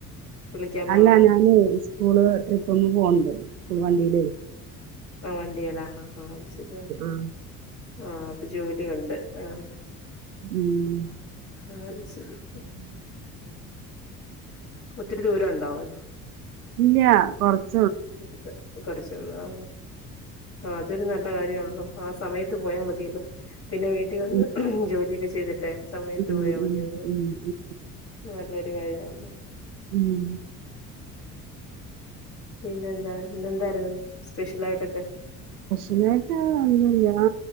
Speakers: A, on the left; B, on the right.
A: വിളിക്കാൻ പോണോ
B: അല്ല ഞാന് സ്കൂള് ട്രിപ്പ് ഒന്ന് പോണ്ട് സ്കൂൾ വണ്ടിയില്
A: ആ വണ്ടിയേലാ ആ ഹ ഹ അത് ശരിയാ
B: ആഹ്
A: ആ അപ്പൊ ജോലിയുണ്ട് ആ
B: ഉം
A: <unintelligible> ശരി ആ ആ ഒത്തിരി ദൂരം ഉണ്ടാവോ അത്
B: ഇല്ല കൊറച്ച്
A: <inaudible> കുറച്ചോള് ആ ആ അതൊരു നല്ല കാര്യമാണല്ലോ ആ സമയത്ത് പോയാ മതിയല്ലോ. പിന്നെ വീട്ടിൽ വന്ന്
B: ഉം
A: ജോലിയൊക്കെ ചെയ്തിട്ടെ സമയത്ത്
B: ഉം
A: പോയാൽ മതി
B: ഉം
A: ഒന്ന്
B: ഉം ഉം
A: നല്ലൊ രു കാര്യാണല്ലോ
B: ഉം
A: പിന്നെ എന്താ ഇന്നെന്തായിരുന്നു സ്പെഷ്യൽ ആയിട്ടൊക്കെ
B: ക്ഷ്യലായിട്ട് ന്നും ല്ലാ